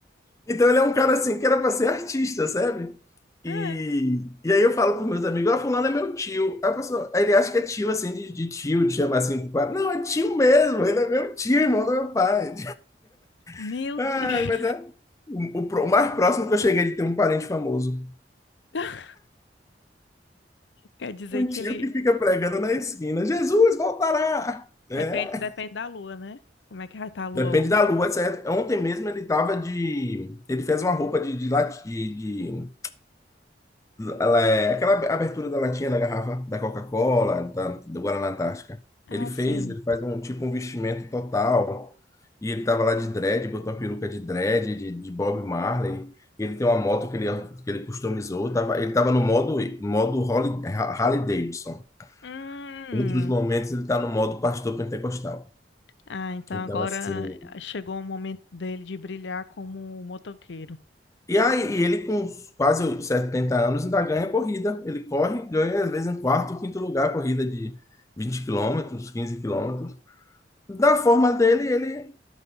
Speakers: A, on the left; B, on the left.
A: Então ele é um cara assim que era para ser artista, sabe? E,
B: É,
A: e aí eu falo pros meus amigos, ah, fulano é meu tio. Aí a pessoa, aí ele acha que é tio assim, de, de tio, de chamar assim, pá. não, é tio mesmo, ele é meu tio, irmão do meu pai.
B: meu
A: <laughs> Ai,
B: Deus.
A: mas é o, o pro- o mais próximo que eu cheguei de ter um parente famoso.
B: <laughs> Quer dizer
A: Um
B: que
A: tio
B: ele
A: que fica pregando na esquina: Jesus voltará!
B: depende,
A: É,
B: depende da lua, né? Como é que vai estar a lua
A: depende
B: hoje?
A: da lua, certo? Ontem mesmo ele tava de. Ele fez uma roupa de, de, lati- de, de- ela é- aquela abertura da latinha da garrafa da Coca-Cola, da, do Guaraná Antártica.
B: Ah,
A: Ele fez,
B: sim.
A: ele faz um tipo um vestimento total. E ele tava lá de dread, botou uma peruca de dread, de, de Bob Marley. Ele tem uma moto que ele, que ele customizou. Tava, ele tava no modo, modo Harley, Harley Davidson.
B: Hum.
A: Outros momentos ele está no modo pastor pentecostal.
B: Ah, então
A: Então,
B: agora
A: assim.
B: chegou o momento dele de brilhar como motoqueiro.
A: E aí, e ele com quase 70 anos ainda ganha corrida. Ele corre, ganha às vezes em quarto, ou quinto lugar, corrida de 20 quilômetros, 15 quilômetros. Da forma dele, ele